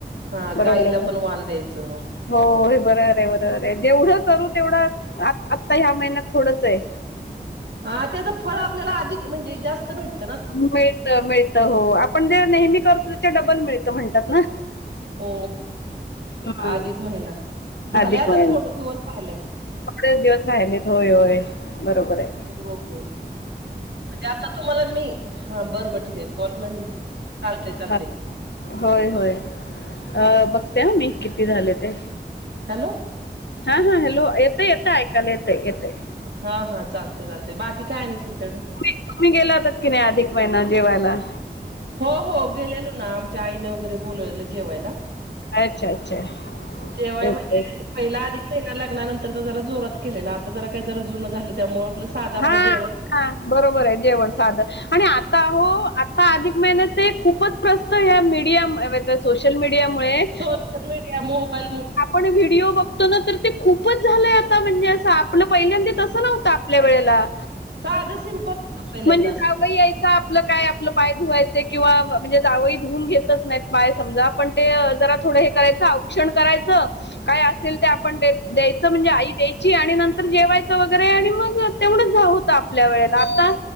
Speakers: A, on the right; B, on the left.
A: हा
B: बरोबर
A: गाईला
B: आहे बरोबर
A: पण वान
B: आहे.
A: द्यायचं
B: हो होय बरोबर आहे बरोबर आहे. जेवढं करू तेवढं आता ह्या महिन्यात थोडंच आहे.
A: हा त्याच फळ आपल्याला अधिक म्हणजे जास्त भेटत
B: मिळत मिळत हो आपण जे नेहमी करतो त्या डबल मिळत म्हणतात ना
A: हो
B: हा
A: अधिक महिना झालयं
B: अधिक
A: आता
B: महिना
A: थोडे दिवस राहिलेय.
B: थोडेच दिवस राहिलेत होय होय बरोबर हाय.
A: हो हो म्हणजे आता तुम्हाला मी हा बरं बर ठीक हे. कोर नन चालतयं चालतय.
B: हा होय होय अ बघते आ मी किती झाले ते.
A: हॅलो.
B: हा हा हॅलो येतयं येतय आईकायला येतय येतयं.
A: हा हा चालतयं चालतय बाकी काय आणि तुमच्याकड
B: तुम्ही गेला होतात की नाही अधिक महिना जेवायला.
A: हो हो गेलेलो ना आमच्या आईने वगैरे बोलवलेलं जेवायला.
B: अच्छा अच्छा
A: जेव्हाय
B: तेच
A: म्हणजे
B: तेच.
A: पहिला अधिक महिना लग्नानंतर जरा जोरात केलेला आता जरा काही जरा जुनं झालं त्यामुळ आपलं साधं आपलं
B: हा
A: जेवण
B: हा बरोबर आहे जेवण साधं आणि आता हो आता अधिक महिन्याचे ते खूपच प्रस्त ह मीडियम सोशल मडिया मुळे
A: सोशल मीडिया मोबाईल मुळे
B: आपण व्हिडिओ बघतो ना तर ते खूपच झालंय आता म्हणजे असं आपलं पहिल्यांदा तसं नव्हत आपल्या वेळेला
A: साधं सिम्पल होतं पहिल्यांदा
B: म्हणजे
A: असं
B: जावयं यांय आपलं काय आपलं पाय धुवायचे किंवा म्हणजे जावयं धुवून घेतच नाहीत पाय समजा पण ते जरा थोडं हे करायचं औक्षण करायचं काय असेल ते आपण द्यायचं म्हणजे आई द्यायची आणि नंतर जेवायचं वगैरे आणि मग तेवढंच जा होतं आपल्या वेळेला आता